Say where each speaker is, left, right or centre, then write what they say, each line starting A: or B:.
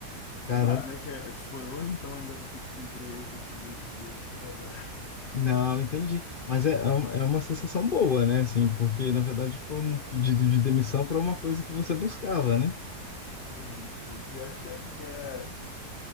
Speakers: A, on the left; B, on the left.
A: Caramba.
B: Trabalho, né, que é- foi hoje, então ainda vou ter que cumprir aí os últimos dias de trabalho. <laughs>
A: Não, entendi. Mas é, é um- é uma sensação boa, né? Assim, porque na verdade foi um pedido de demissão para uma coisa que você buscava, né?
B: É isso, isso. Eu acho que é, que é